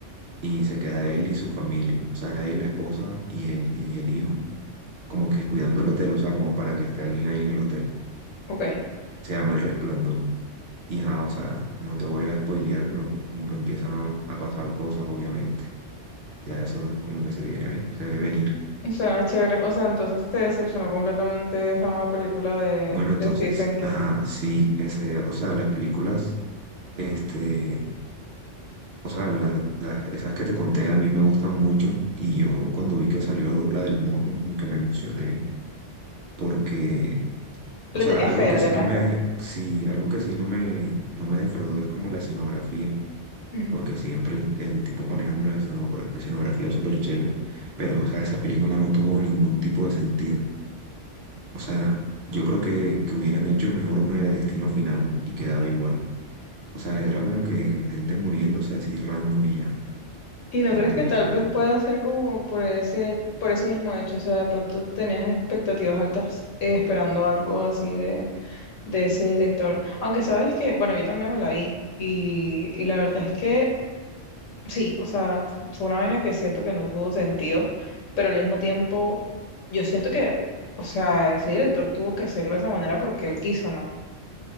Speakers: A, on the right; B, on the left.
A: y se queda él y su familia, o sea, él, la esposa y el, y el hijo como que cuidando el hotel, o sea, como para que esté alguien ahí en el hotel.
B: ok.
A: Se llama El Resplandor. Y ajá, o sea, no te voy a spoilear, pero como que empiezan a, a pasar cosas, obviamente. Ya eso como que se viene, ven- se ve venir.
B: Suena chévere. O sea, entonces te decepcionó completamente esa nueva película de,
A: Bueno, entonces,
B: de Stephen King.
A: ajá, sí, ese, o sea, las películas, este, o sea, la- las- esas que te conté a mí me gustan mucho y yo cuando vi que salió la del mono, como que me emocioné porque
B: Le
A: O sea,
B: tenía
A: algo
B: fe,
A: que
B: le
A: sí
B: tenía
A: no me, sí, algo que sí no me, no me defraudó es como la escenografía,
B: fe.
A: porque siempre el, el tipo maneja una esceno- escenografía súper chévere, pero o sea, esa película no tuvo ningún tipo de sentido. O sea, yo creo que, que hubieran hecho mejor una de Destino Final y quedaba igual. O sea, era como que gente muriéndose así random y ya.
B: ¿Y no
A: Entonces,
B: crees que tal vez pueda ser como por ese, por ese mismo hecho? O sea, de pronto tenías expectativas altas eh, esperando algo así de, de ese director. Aunque sabes que, bueno, yo también me la vi y, y la verdad es que sí, o sea, fue una vaina que siento que no tuvo sentido, pero al mismo tiempo yo siento que, o sea, ese director tuvo que hacerlo de esa manera porque él quiso, ¿no?